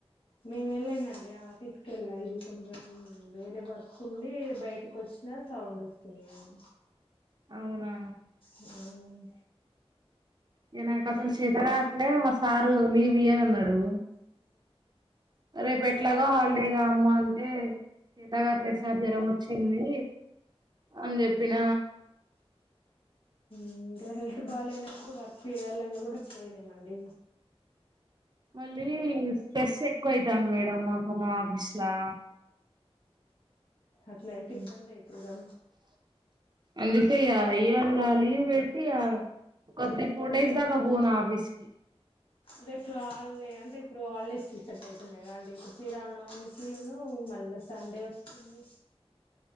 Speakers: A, on the left; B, on the right.
A: నేను వెళ్ళానండి ఆఫీస్ కెళ్ళా ఇది కొంచెం వేరే వర్క్ ఉండి బయటకి వచ్చినా సౌండ్ వస్తుంది అవును
B: అవునా
A: మ్మ్
B: ఇగ నాకు అసలు శేత కావట్లే మస్త్ సారు లీవ్ ఇయ్యనన్నాడు రేపు ఎట్లాగో హాల్ టయి గా అమ్మ అంటే శేతగాట్లే సార్ జ్వరం వచ్చింది అని చెప్పిన
A: ఇంక హెల్త్ బాలేనప్పుడు వర్క్ చేయాలన్నా కూడా చేయలేమండి
B: మళ్ళీ స్ట్రెస్ ఎక్కువ అయితనది మేడం మాకు మా ఆఫీస్ లా
A: అట్ల అయి ఇబ్బంది అయితది గా
B: అందుకే ఇగ ఇయల లీవ్ పెట్టి ఒక త్రీ ఫోర్ డేస్ దాకా పోను ఆఫీస్ కి
A: రేప్ హాలిడే అంటే ఇప్పుడు హాలిడేస్కి సెట్ అవుతున్నాయిగా అండి ఇప్పుడు శ్రీరామా నవమి కినూ మళ్ళీ సండే వస్తుంది